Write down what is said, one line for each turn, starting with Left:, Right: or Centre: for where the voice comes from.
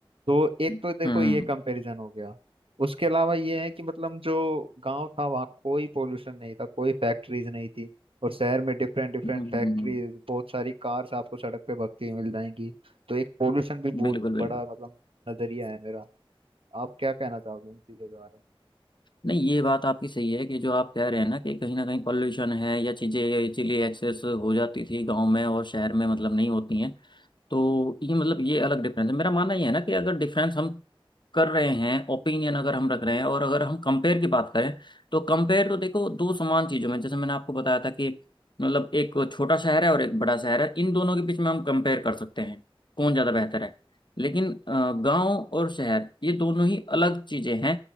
Right: तो एक
Left: हम्म
Right: तो देखो
Left: हम्म,
Right: ये कंपैरिजन हो गया उसके अलावा ये है कि मतलब जो गांव था वहाँ कोई पोल्यूशन नहीं था कोई फैक्ट्रीज नहीं थी और शहर में डिफरेंट डिफरेंट
Left: हम्म, हम्म।
Right: फैक्ट्रीज बहुत सारी कार्स आपको सड़क पे भगती हुई मिल जाएंगी तो एक पोल्यूशन भी बहुत
Left: बिल्कुल
Right: बड़ा
Left: बिल्कुल
Right: मतलब नजरिया है मेरा आप क्या कहना चाहोगे इन चीजों के बारे में
Left: नहीं ये बात आपकी सही है कि जो आप कह रहे हैं ना कि कहीं ना कहीं पॉल्यूशन है या चीज़ें इसीलिए एक्सेस हो जाती थी गांव में और शहर में मतलब नहीं होती हैं तो ये मतलब ये अलग डिफरेंस है मेरा मानना ये है ना कि अगर डिफरेंस हम कर रहे हैं ओपिनियन अगर हम रख रहे हैं और अगर हम कंपेयर की बात करें तो कंपेयर तो देखो दो समान चीज़ों में जैसे मैंने आपको बताया था कि मतलब एक छोटा शहर है और एक बड़ा शहर है इन दोनों के बीच में हम कंपेयर कर सकते हैं कौन ज़्यादा बेहतर है लेकिन गांव और शहर ये दोनों ही अलग चीज़ें हैं